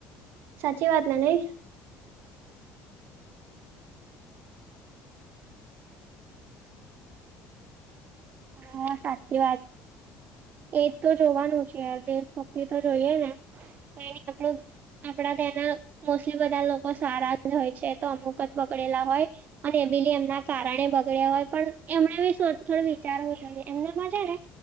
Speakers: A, on the right (about 70°); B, on the right (about 45°).
A: સાચી વાત નને
B: હા, સાચી વાત એજ તો જોવાનું છેય, દ તો જોઈએ ને આપ આપડા તના મોસ્ટલી બધા લોકો સારા જ હોય છે તો અમુક જ પકડેલા હોય. અને એ બી એમના કારણે બગડ્યા હોય પણ એમને બી થોડી ચારજ એમને મજા